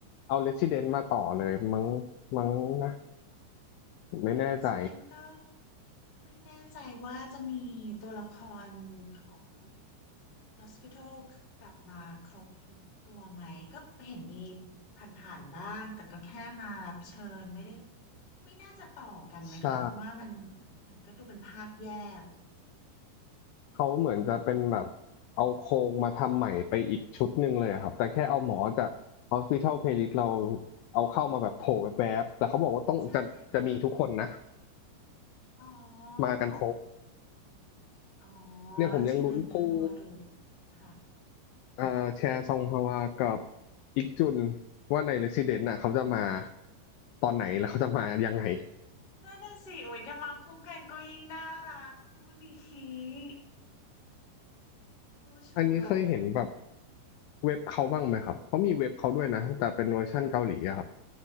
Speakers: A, on the left (about 85°); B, on the left (about 40°).
A: เอา Resident มาต่อเลยมั้งมั้งนะผมไม่แน่ใจ
B: แต่ Resident ก็ ไม่แน่ใจว่าจะมีตัวละครของ Hospital กลับมาครบทุกตัวไหมก็เห็นมีผ่านๆบ้างแต่ก็แค่มารับเชิญไม่ได้ไม่น่าจะต่อกันไหมคะเพราะว่ามัน
A: ใช่
B: มันก็ดูเป็นภาคแยก
A: เขาเหมือนจะเป็นแบบเอาโครงมาทำใหม่ไปอีกชุดหนึ่งเลยอะครับแต่แค่เอาหมอจาก Hospital Playlist เราเอาเข้ามาแบบโผล่แวบๆแต่เขาบอกว่าต้องจะจะมีทุกคนนะ
B: ใช่ค่ะอ๋อ
A: มากันครบ
B: อ๋อ
A: เนี่ยผมยังลุ้นคู่
B: ฉะนั้นก็รอดูค่ะ
A: เอ่อแชร์ซองฮวากับอิกจุนว่าใน Resident น่ะเขาจะมาตอนไหนแล้วเขาจะมายังไง
B: นั่นน่ะสิโอ้ยจะมาคู่กันก็ยิ่งน่ารักคู่นี้คู่ชูโรง
A: อันนี้เคยเห็นแบบเว็บเขาบ้างไหมครับเพราะมีเว็บเขาด้วยนะแต่เป็นเวอร์ชั่นเกาหลีอะครับ